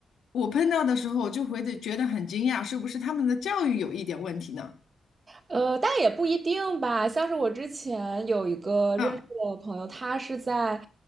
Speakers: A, on the left; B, on the right.
A: 我碰到的时候，我就会得觉得很惊讶，是不是他们的教育有一点问题呢？
B: 呃，但也不一定吧。像是我之前有一个认识的朋友，
A: 嗯
B: 他是在